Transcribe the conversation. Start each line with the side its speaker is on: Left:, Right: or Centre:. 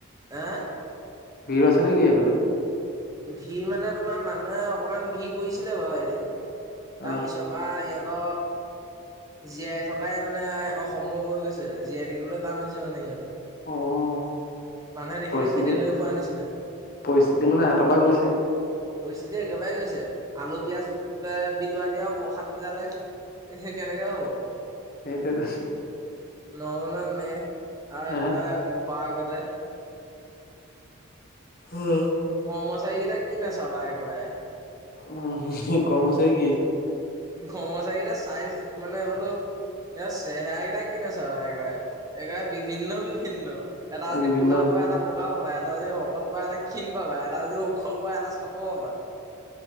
Right: এ
Left: ভিৰ হৈছে নেকি এইফালে।
Right: ভিৰ মানে তোমাৰ মানুহে অকমান ভিৰ কৰিছিলে বাৰু এদিন। তাৰ
Left: অ'
Right: পিছৰপা ইহত জীয়াই থকাই মানে অসম্ভৱ হৈ গৈছে। জীয়াই থাকিবলে টান হৈছে মানে সিহঁতৰ
Left: অ'
Right: মানুহে দেখিলে
Left: পৰিস্থিতি
Right: খেদি লৈ ফুৱা নিচিনা
Left: পৰিস্থিতি মানে হাতৰ পৰা গৈছে।
Right: পৰিস্থিতি একেবাৰে গৈছে আলু পিয়াজ বিলোৱ দিয়ে আৰু প্ৰসাদ বিলালে এ কেনেকে হব। ন
Left: সেইটোৱেটো
Right: মান এনে আৰু
Left: আহ
Right: একেবাৰে মুখৰ আগতে
Left: উম
Right: কৰ্মচাৰী কেইটা কি নাচাবা একেবাৰে
Left: উম কৰ্মচাৰী কি।
Right: কৰ্মচাৰী কেইটা চাইজ মানে বোলো এই চেহেৰাকেইটা কি নাচাবা এই বিভিন্ন বিভিন্ন এটা যদি
Left: বিভিন্ন
Right: কোলাৰ পৰা এটা বগা পাবা এটা যদি শকত পোৱা এটা ক্ষীণ পাবা এটা যদি ও খৰ পোৱা এটা চাপৰ পাবা